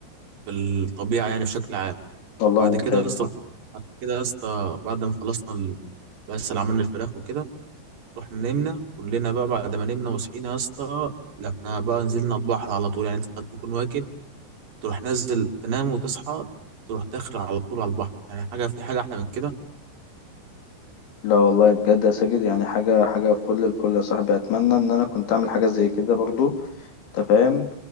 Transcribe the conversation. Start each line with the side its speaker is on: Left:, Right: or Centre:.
Right: في الطبيعه يعني بشكل عام
Left: والله
Right: وبعد
Left: ممتاز
Right: كده يا
Left: يا
Right: اسطى
Left: صاحبي
Right: بعد كده يا اسطى بعد ما خلصنا ال- بس اللي عملنا الفراخ وكده رحنا نمنا كلنا بقى بعد ما نمنا وصحينا يا اسطى لا احنا بقى نزلنا البحر على طول يعني انت تكون واكل تروح نزل تنام وتصحى تروح داخل على طول على البحر يعني حاجه في حاجه احلى من كده
Left: لا والله بجد يا ساجد يعني حاجه حاجه فل الفل يا صاحبي اتمنى ان انا كنت اعمل حاجه زي كده برضو انت فاهم